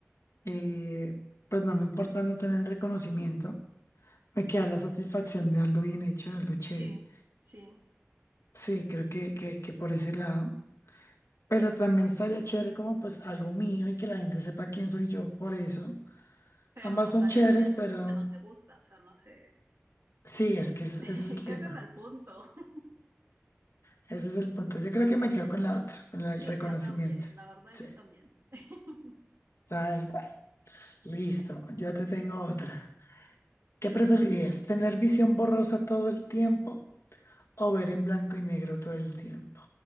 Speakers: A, on the left; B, on the right.
A: eh, pues no me importa no tener reconocimiento, me queda la satisfacción de algo bien hecho, de algo chévere.
B: Sí, sí.
A: Sí, creo que, que, que por ese lado. Pero también estaría chévere como pues algo mío y que la gente sepa quién soy yo por eso.
B: Pero
A: Ambas
B: estarías
A: son chéveres,
B: haciendo
A: pero
B: algo que no te gusta, o sea, no sé.
A: sí, es que ese
B: <laughs> ¿Qué
A: ese es el tema.
B: ese es el punto? <laughs>
A: Ese es el punto. Yo creo que me quedo con la otra, con el
B: Sí,
A: reconocimiento.
B: yo también, la verdad,
A: Sí,
B: yo también. <laughs>
A: tal cual. Listo, yo te tengo otra. ¿Qué preferirías? ¿Tener visión borrosa todo el tiempo o ver en blanco y negro todo el tiempo?